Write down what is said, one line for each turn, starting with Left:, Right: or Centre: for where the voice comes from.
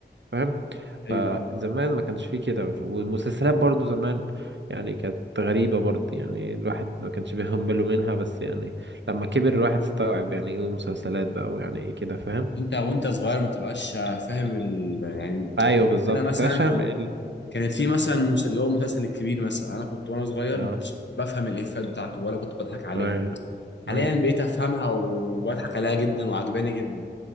Right: فاهم
Left: ايوه
Right: فزمان
Left: أيوة.
Right: ما كانش فيه كده والمسلسلات برضو زمان يعني كانت غريبة برضو يعني الواحد ما كانش <laughs> بياخد باله منها بس يعني لما كبر الواحد استوعب يعني ايه المسلسلات بقى ويعني ايه كده فاهم
Left: انت وانت صغير
Right: بس
Left: ما تبقاش فاهم ال... يعني
Right: ايوه بالظبط
Left: انا مثلا
Right: ما كنتش فاهم
Left: كنت-
Right: ايه اللي
Left: كانت في مثلا مس- اللي هو مسلسل الكبير مثلا انا كنت وانا صغير
Right: اه
Left: ما كنتش بفهم الافيهات بتاعته ولا كنت بضحك عليها
Right: ايوه
Left: حاليا
Right: أيوة.
Left: بقيت افهمها وبضحك عليها جدا وعجباني جدا